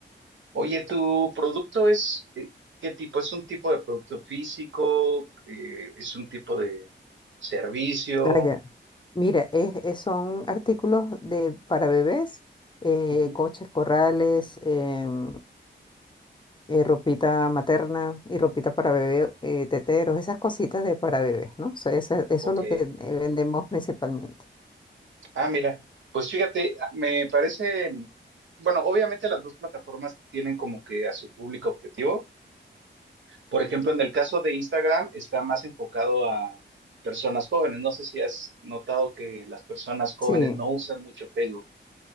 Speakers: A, on the right; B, on the left.
A: Oye, ¿tu producto es eh, qué tipo? ¿Es un tipo de producto físico? Eh, ¿es un tipo de servicio?
B: Ah, ya. Mira, es, es- son artículos de, para bebés, eh,
A: Ujú.
B: coches, corrales, em, eh, ropita materna y ropita para bebé, eh, teteros, esas cositas de para bebés, ¿no? So, esa- eso,
A: Ok.
B: es lo que eh, vendemos principalmente.
A: Ah, mira, pues fíjate, ah, me parece, bueno, obviamente las dos plataformas tienen como que a su público objetivo. Por ejemplo, en el caso de Instagram está más enfocado a personas jóvenes. No sé si has notado que las personas jóvenes
B: Sí,
A: no usan mucho Facebook.